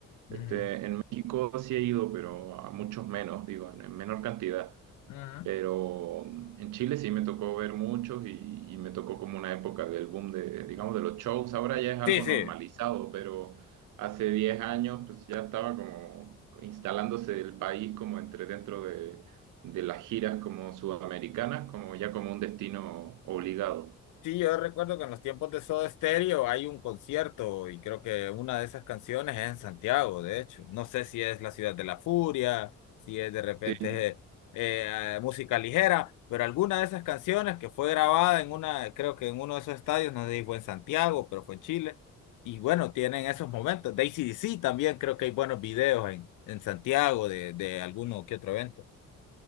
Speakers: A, on the left; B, on the right.
A: Ujú,
B: Este, en México sí he ido, pero a muchos menos, digo, en en menor cantidad.
A: ujú.
B: Pero mm, en Chile sí me tocó ver muchos y, y me tocó como una época del boom de, digamos, de los shows. Ahora ya es algo
A: Sí, sí.
B: normalizado, pero hace 10 años pues ya estaba como instalándose el país como entre dentro de, de las giras como sudamericanas, como ya como un destino obligado.
A: Sí, yo recuerdo que en los tiempos de Soda Stereo hay un concierto y creo que una de esas canciones es en Santiago, de hecho. No sé si es la ciudad de la furia, si es de repente
B: Sí.
A: eh, eh, música ligera, pero alguna de esas canciones que fue grabada en una, creo que en uno de esos estadios, no sé si fue en Santiago, pero fue en Chile. Y bueno, tienen esos momentos. De ac también creo que hay buenos videos en, en Santiago de, de alguno que otro evento.